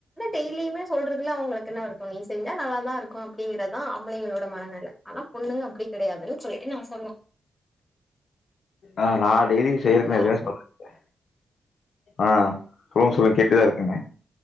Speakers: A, in the centre; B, on the left.
A: டெய்லியுமே சொல்றதுல அவங்ளுக் எனா வருத்தோ நீ செஞ்சா நல்லாத தா இருக்கு அப்படிங் அதுதா அம்பளங்களோட மனநில ஆனா பொண்ணுங்க அப்டி கெடையாதுனு சொல்லிட்டு நா சொல்வோ
B: ஆ நா டெய்லியு
A: சரிங்களா
B: செய்யறக்கு எதுமே சொல்லல ஆ சொல்லுங்க சொல்லுங்க கேட்டுதா இருக்கங்க